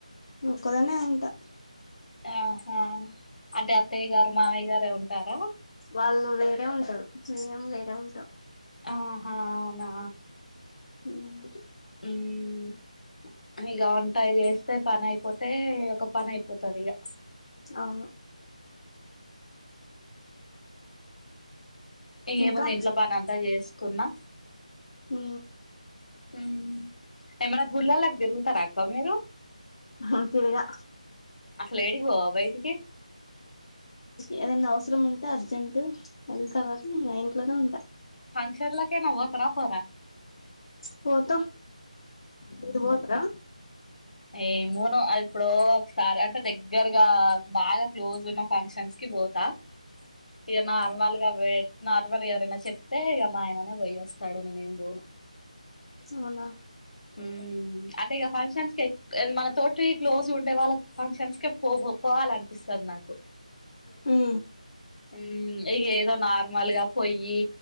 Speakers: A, on the left; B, on the left.
A: ఒక్కదాన్నే ఉంటా
B: ఆహా అంటే అత్తయ్య గారు, మావయ్య గారే ఉంటారా.
A: వాళ్ళు వేరే ఉంటారు, మేము వేరే ఉంటాం.
B: ఆహా అవునా.
A: ఉమ్
B: హ్మ్. ఊమ్ ఇగ వంట జెస్తే పని అయిపోతే ఒక పని అయిపోతది ఇగ.
A: అవును.
B: ఇగేముంది
A: ఇంకా
B: ఇంట్లో పని అంతా చేసుకున్నా.
A: ఆ.
B: ఊమ్ ఎమన్నా గుల్లాలాకు దిరుగుతా అక్క మీరు.
A: హ తిరుగా.
B: అసలు ఎడికి వొవ బయిటికి.
A: ఏదైన్నా అవసరం ఉంటే అర్జెంట్టు వెళ్తా గనీ అ ఇంట్లోనే ఉంటా.
B: ఫంక్షన్ల కేనా పోతారా పోరా.
A: పోతం మీలు వొతరా.
B: ఏమ్ బోను అది ఎప్పుడో. సారే అంటే దగ్గరగా బాగా క్లోజ్ ఉన్న ఫంక్షన్స్ కి బోతా. ఇగ నార్మల్గా అవే నార్మల్ ఎవరైనా చెప్తే ఇగ మ ఆయననే పోయి ఓస్. తడున నేను బోను.
A: అవునా.
B: ఊమ్. అంటే ఇగ ఫంక్షన్స్ కె ఏ మన తోటి క్లోజ్ ఉండే వాళ్ళ ఫంక్షన్స్ కె పోవు పోవాలనిపిస్త. నాకు.
A: హ.
B: ఊమ్. ఇగ ఏదో నార్మల్ గా పొయ్యి